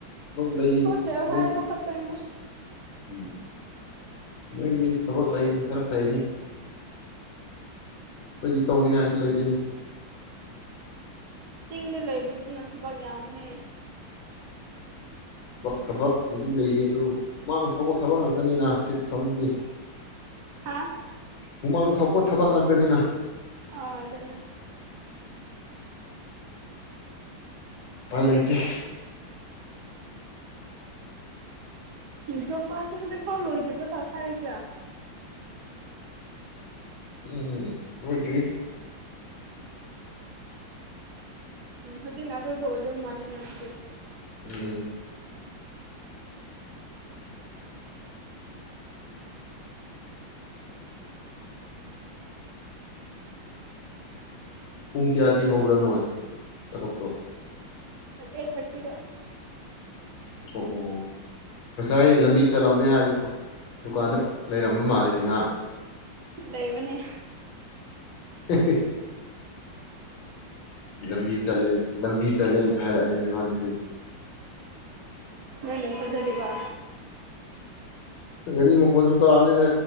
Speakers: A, on the left (about 70°); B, on the right (about 75°).
A: ꯊꯕꯛ ꯂꯩ
B: ꯄꯣꯁꯦꯕ
A: ꯅꯣꯏ
B: ꯍꯥꯏꯕ ꯈꯛꯇꯅꯤꯗ
A: ꯎꯝ ꯅꯣꯏꯗꯤ ꯊꯕꯛ ꯂꯩꯅꯦ ꯈꯔ ꯐꯩꯅꯦ ꯑꯩꯈꯣꯏꯗꯤ ꯇꯧꯅꯤꯡꯉꯥꯏꯁꯨ ꯂꯩꯇꯦꯅꯦ
B: ꯆꯤꯡꯗ ꯂꯩꯕꯗꯨꯅ ꯊꯕꯛ ꯌꯥꯝꯕꯅꯦ
A: ꯊꯕꯛꯄꯨꯗꯤ ꯂꯩꯔꯤ ꯑꯗꯨ ꯍꯨꯃꯥꯡ ꯊꯣꯛꯄ ꯊꯕꯛ ꯉꯥꯛꯇꯅꯤꯅ ꯁꯤ ꯁꯣꯝꯗꯗꯤ
B: ꯍꯥꯥ
A: ꯍꯨꯃꯥꯡ ꯊꯣꯛꯄ ꯊꯕꯛ ꯉꯥꯛꯇꯅꯤꯅ
B: ꯑꯥ ꯑꯗꯨꯅ
A: ꯎꯄꯥꯏ ꯂꯩꯇꯦ
B: ꯖꯣꯕ ꯀꯔꯥꯠꯁꯦ ꯍꯧꯖꯤꯛꯐꯥꯎ ꯂꯣꯏꯗ꯭ꯔꯤꯕꯇꯥ ꯍꯥꯏꯔꯤꯁꯦ
A: ꯎꯝ ꯂꯣꯏꯗ꯭ꯔꯤ
B: ꯎꯝ ꯍꯧꯖꯤꯛꯅ ꯑꯔꯣꯏꯕ ꯑꯣꯏꯗꯧ ꯃꯥꯜꯂꯤꯅ ꯑꯗꯨꯗꯤ
A: ꯎꯝ ꯄꯨꯡ ꯀꯌꯥꯗꯒꯤ ꯍꯧꯕ꯭ꯔꯥ ꯅꯣꯏ ꯊꯕꯛꯇꯣ
B: ꯑꯦꯠ ꯊꯥꯔꯇꯤꯗ
A: ꯑꯣ ꯑꯣ ꯉꯁꯥꯏ ꯂꯝꯕꯤ ꯆꯠꯂꯝꯃꯦ ꯍꯥꯏꯕꯗꯨ ꯗꯨꯀꯥꯟꯗ ꯂꯩꯔꯝꯕ ꯃꯥꯜꯂꯦꯅꯦ ꯍꯥ
B: ꯂꯩꯕꯅꯦ
A: <unintelligible> ꯂꯝꯕꯤ ꯆꯠꯂꯦꯟ ꯂꯝꯕꯤ ꯆꯠꯂꯦꯟ ꯍꯥꯏꯔꯛꯏꯅꯦ ꯑꯩꯉꯣꯟꯗꯗꯤ
B: ꯅꯪꯅ ꯊꯖꯔꯤꯕ
A: ꯒꯥꯔꯤ ꯃꯈꯣꯜꯁꯨ ꯇꯥꯕꯅꯤꯅ